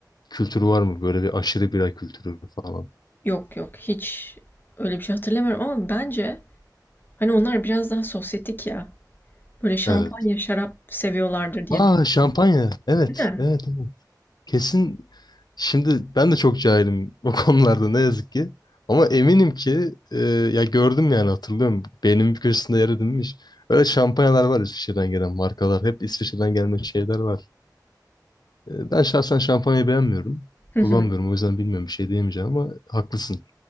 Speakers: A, on the left; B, on the left.
A: kültür var mı? Böyle bir aşırı bira kültürü falan.
B: Yok yok hiç öyle bir şey hatırlamıyorum ama bence hani onlar biraz daha sosyetik ya. Böyle şampanya,
A: Evet.
B: şarap seviyorlardır diye
A: Aa
B: düşünüyorum.
A: şampanya. Evet.
B: Değil mi?
A: Evet. evet. Kesin şimdi ben de çok cahilim bu <laughs> konularda ne yazık ki. Ama eminim ki e, ya gördüm yani hatırlıyorum. Beynimin bir köşesinde yer edinmiş. Öyle şampanyalar var İsviçre'den gelen markalar. Hep İsviçre'den gelme şeyler var. E, Ben şahsen şampanyayı beğenmiyorum.
B: <laughs>
A: Kullanmıyorum o yüzden bilmiyorum bir şey diyemeyeceğim ama haklısın.